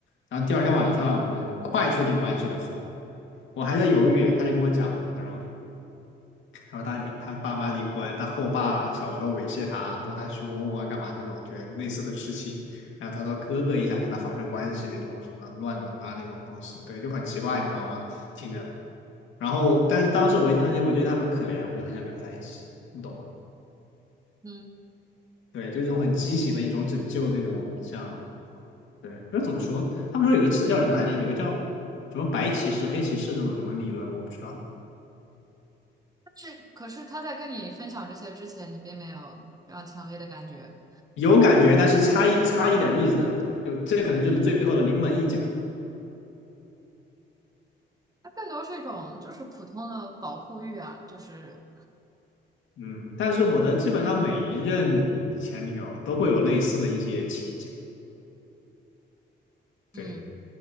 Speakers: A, on the left; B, on the right.
A: 然后第二天晚上我们快确定关系的时候，我还在犹豫，他就跟我讲，他说他说他离他爸妈离婚，他后爸小时候猥亵他，摸他胸啊，干嘛这种，就类似的事情。然后他说哥哥也想跟他发生关系那种，什么乱伦啊那种东西，对，就很奇怪，你知道吗？听着。然后，但是当时我一听到这些，我觉得他很可怜，我就很想跟他在一起，你懂吗？
B: 嗯，
A: 对，就是这种很畸形的一种拯救那种，像对，就怎么说？他们说有个词叫什么来着？有个叫什么白骑士、黑骑士那种什么理论，我不知道
B: 但是可是他在跟你分享这些之前，你并没有这样强烈的感觉，
A: 有感觉，但是差一差一点意思，就这可能就是最后的临门一脚。
B: 它更多是一种就是普通的保护欲啊，就是
A: 嗯，但是我的基本上每一任前女友都会有类似的一些情节。
B: 嗯，
A: 对